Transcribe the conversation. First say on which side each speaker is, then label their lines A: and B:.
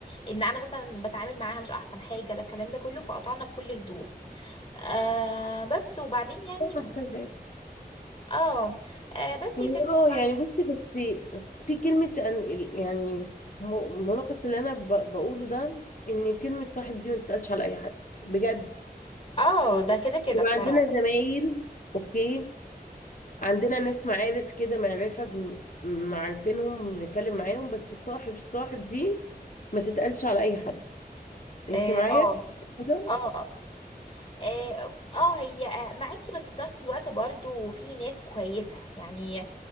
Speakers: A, on the left; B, on the left.
A: ان أنا مثلا بتعامل معاها مش أحسن حاجة لا الكلام ده كله فقطعنا بكل هدوء آه بس وبعدين يعني
B: ده
A: ب-
B: احسن حاجه
A: اه, آه بس
B: يعني
A: يا ستي
B: اه
A: وبعد
B: يعني بصي بس في كلمه أن- يعني م- ملخص اللي انا ب- بقوله ده ان كلمه صاحب دي ما بتتقالش على اي حد بجد
A: اه ده كده كده
B: يبقى
A: بصراحة
B: عندنا زمايل اوكي عندنا ناس معارف كده معرفه بن- معارفينهم بنتكلم معاهم بس صاحب الصاحب دي ما تتقالش على اي حد انت
A: اه
B: معايا
A: اه
B: كده
A: اه آه. اه آه، هي آه، معاكي بس في نفس الوقت برضو في ناس كويسة يعني